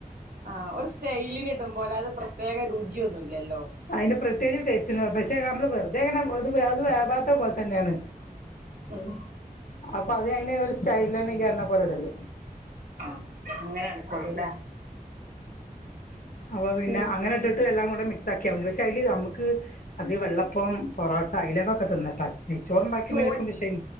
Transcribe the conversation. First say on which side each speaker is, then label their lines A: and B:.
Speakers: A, on the right (about 75°); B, on the left (about 60°).
A: ആഹ് ഒരു സ്റ്റൈലിന് ഇടും പോലെ അത് പ്രത്യേക രുചിയൊന്നുംല്ലല്ലോ
B: അയ്ന് പ്രത്യേകിച്ച് ടേസ്റ്റ പശേ ഞമ്മള് വെർതെ ഇങ്ങനെ അത് അത് വേവാത്ത പോൽ തന്നെയാണ്.
A: ഉം
B: അപ്പൊ അത് അഹ് ഒരു സ്റ്റൈല് തന്നെ എണ്ണം പോലടല്ലേ
A: ആഹ് അങ്ങനെ അടക്കള്ളൂല്ലേ
B: അപ്പൊ പിന്നെ
A: പി
B: അങ്ങനെട്ട ട്ട് എല്ലാം കൂടെ മിക്സ് ആക്കാ മതി പക്ഷെ അതില് നമുക്ക് അത് വെള്ളപ്പം പൊറോട്ട അലെക്കൊക്കെ തിന്നിട്ടാ നെയചോർ ഉണ്ടാക്കി
A: ചോ
B: എടുക്കും പക്ഷെ